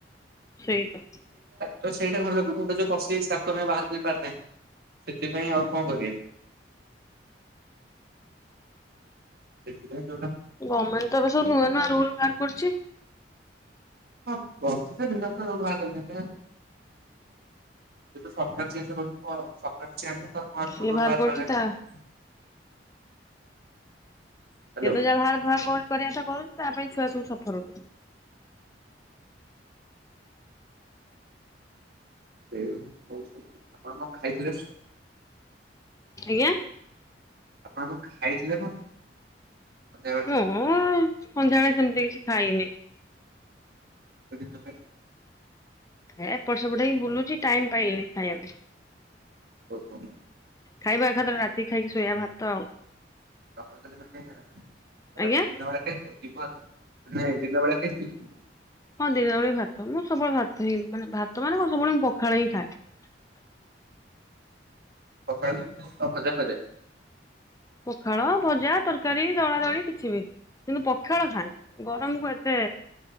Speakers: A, on the left; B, on the right.
A: ସେଇ ତ।
B: ତ ସେଇଟା ଘର ଲ ମୁଣ୍ଡ ରେ ଯୋଉ ପଶିକି ତାକୁ ଆମେ ବାହାର କରି ପାରନେ। ସେଥିପାଇଁ ଆଉ କଣ କରିବେ। ସେଖିଲ <inaudible>
A: ଗଭର୍ଣ୍ଣମେଣ୍ଟ ତ ଏବେ ସବୁ ନୂଆ ନୂଆ ରୁଲ ବାହାର କରୁଛି।
B: ହଁ <inaudible> ସରକାର ସର <unintelligible>
A: ସିଏ
B: କୁ ରୋାର
A: ବାହାର କରୁଛି
B: କର <unintelligible>
A: ତା
B: ହ୍ୟାଲୋ
A: ସେ ତ ଯାହା ଭାର ଭାର କର। ପରତା କରୁଛି ତା ପାଇଁ ଛୁଆ ସବୁ ସଫର ହଉ।
B: ହ ଆପଣ କଣ ଖାଇଥିଲେ?
A: ଆଜ୍ଞା!
B: ଆପଣ କଣ ଖାଇଥିଲେ କଣ? ମେବ <inaudible>
A: ମୁଁ ସନ୍ଧ୍ୟାବେଳେ ସେମିତି କିଛି ଖାଇନି।
B: ପଠଙ୍ଗ <inaudible>
A: ଏପଟ ସେପଟ ହେଇକି ବୁଲୁଚି ଟାଇମ ପାଇଲିନି ଖାଇବା ପାଇଁ।
B: ଓହୋ
A: ଖାଇବା ଏକା ଥରକେ ରାତି ଖାଇକି ଶୋଇବା ଭାତ ଆଉ ।
B: କପଣ ତେ <inaudible> ଆପଣ
A: ଆଜ୍ଞା।
B: ଦିିନା କେଉ <inaudible> ନାଇଁ ଦିନ ବେଳିଆ ଖାଇଥିଲି
A: ଦିନ ବେଳେ ଭାତ ମୁଁ ସବୁବେଳେ ଭାତ ହି ମାନେ ଭାତ ମାନେ ସବୁବେଳେ ଖଣ ହଁ ଖାଏ <inaudible>
B: ସଖ ଅଜା ହୋଇଯାଏ <inaudible>
A: ପଖାଳ ଭଜା ତରକାରୀ ଦଳା ଦଳି କିଛି ବି କିନ୍ତୁ, ପଖାଳ ଖାଏ ଗରମକୁ ଏତେ